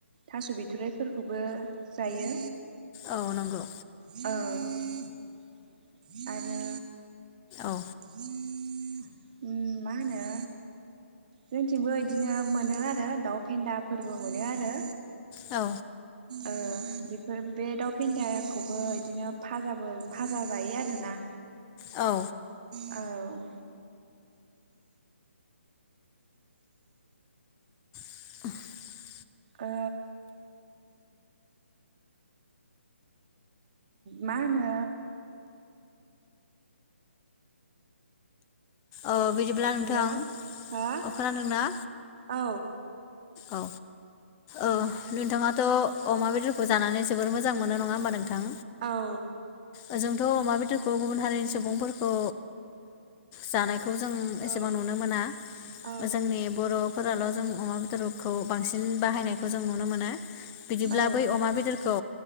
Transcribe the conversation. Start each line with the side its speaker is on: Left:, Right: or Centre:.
Right: थास बिथराइफोरखौबो जायो
Left: औ नंगौ
Right: औ आरो <unintelligible>
Left: औ
Right: मा होनो जोंथिंबो बिदिनो मोनो आरो दाउ फेन्दाफोरबो मोनो आरो
Left: औ
Right: ओ बेफोर बे दाउ फेन्दाखौबो इदिनो जाबो फाजा जायो आरोना
Left: औ
Right: औ
Left: <inaudible>
Right: ओ मा होनो
Left: औ बिदिब्ला नोंथां
Right: हेल' हो
Left: अ खोनादोंना
Right: औ
Left: औ औ नोंथाङाथ' अमा बेदरखौ जानानै जोबोर मोजां मोनो नङा होमब नों
Right: औ
Left: ओजोंथ' अमा बेदरखौ गुबुन हारिनि सुबुंफोरखौ जानायखौ खौ जों एसेबां
Right: औ
Left: नुनो मोना
Right: औ
Left: जोंनि बर' फोराल' जों अमा बेदराव खौ बांसिन बाहायनायखौ जों नुनो मोनो बिदिब्ला
Right: औ ओ
Left: बै अमा बेदरखौ